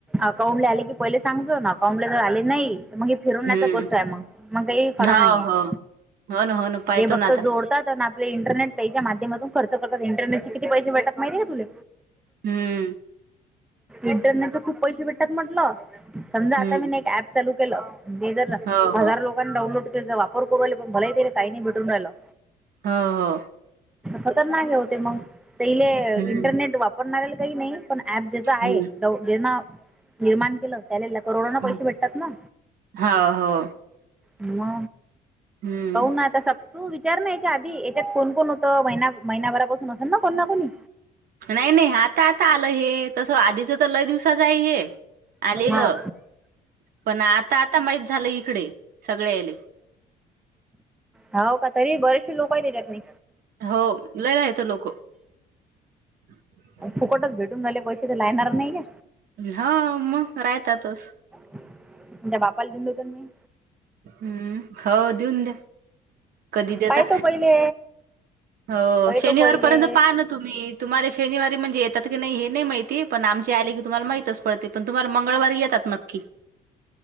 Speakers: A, in the centre; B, on the right (about 60°).
A: अकाउंटले आले की पहिले सांगतो ना अकाउंट ला जर आले नाही मग फिरवण्याचा
B: हम्म
A: गोष्ट आहे मग मग काही खरं
B: हो
A: नाही आहे
B: हो हो ना हो ना पाहतो
A: हे बघत
B: ना आता
A: जोड आपले इंटरनेट पच्या माध्यमातून खर्च करतात इंटरनेटचे किती पैसे भेटत माहिती का तुला
B: हम्म
A: इंटन न तर खूप पैसे भेटतात म्हटलं समजा
B: हम्म
A: आता मी एक ऍप चालू ते जर
B: हो हो
A: हजार लोकां डानलोड के वापर करू आले पण मलही त्याले ताई नही भेटून रायल.
B: हो हो हो.
A: खतरनाक हे होते मग तले
B: हम्म
A: इंटरनेट वापरणारल काही नाही पण ऍप ज्याचा आहे
B: हम्म
A: जेना निर्माण केलं त्याले करोडन
B: हम्म.
A: पैसे भेटतात ना.
B: हो हो.
A: म
B: हम्म
A: पाहुना आता स तू विचार ना याच्या आधी याच्यात कोण कोण होतं महिना महिनाभरापासून असेल ना कोण ना कोणी.
B: नाही नाही आता आता आलं हे तसं आधीच तर लय दिवस च आहे हे आलेलं.
A: हां
B: पण आता आता माहीित झालं इकडे सगळे याले.
A: हो का तरी बरेचशे लोक आहेत त्याच्यात नई.
B: हो लय येत लोकं. <unintelligible>
A: फुकटच भेटून झाले पैसे ते लायणार नाही का.
B: हा मग राहतातच.
A: तुमच्या बापाला दिल होत मी.
B: हम्म हो देऊन द्या. कधी देता
A: पाहतो पहिले
B: हो
A: पाहतो
B: शनिवार
A: पहिले
B: पर्यंत पाहन तुम्ही तुम्हाला शनिवारी म्हणजे येतात की नाही हे नाही माहिती पण आमचे आले की तुम्हाला माहित अस पडते पण तुम्हाला मंगळवारी येतात नक्की.